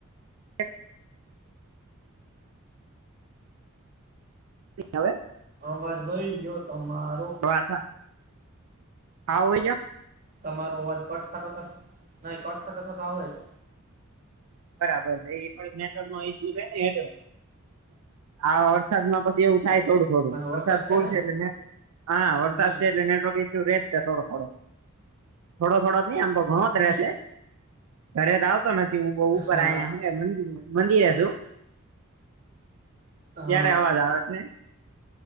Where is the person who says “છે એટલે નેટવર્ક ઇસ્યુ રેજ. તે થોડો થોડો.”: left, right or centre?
Right